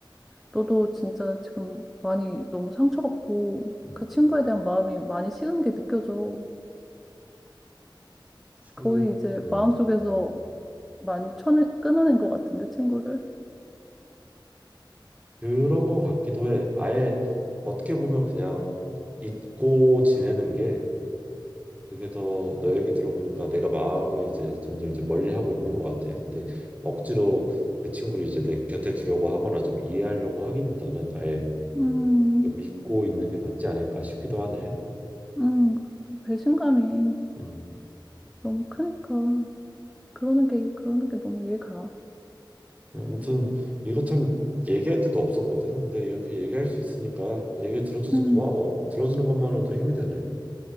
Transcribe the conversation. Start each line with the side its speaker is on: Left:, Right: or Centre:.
Centre: 너도 진짜 지금 많이 너무 상처받고
Right: 음,
Centre: 그 친구에 대한 마음이 많이 식은 게 느껴져.
Right: 친구,
Centre: 거의 이제
Right: 음,
Centre: 마음속에서 많이 쳐내, 끊어낸 것 같은데, 친구를.
Right: 그런 거 같기도 해. 아예 어떻게 보면 그냥 잊고 지내는 게 그게 더 너 얘기 들어보니까 내가 마음을 이제 점점 이제 멀리 하고 있는 것 같아. 근데 억지로 그 친구를 이제 내 곁에 두려고 하거나 좀 이해하려고 하기보다는 아예
Centre: 음,
Right: 좀 잊고 있는 게 낫지 않을까 싶기도 하네.
Centre: 음, 그 배신감이
Right: 음,
Centre: 너무 크니까. 그러는 게, 그러는 게 너무 이해가.
Right: 아무튼 이거 참 얘기할 때도 없었거든. 근데 이렇게 얘기할 수 있으니까 얘기 들어줘서
Centre: 음,
Right: 고마워. 들어주는 것만으로도 힘이 되네.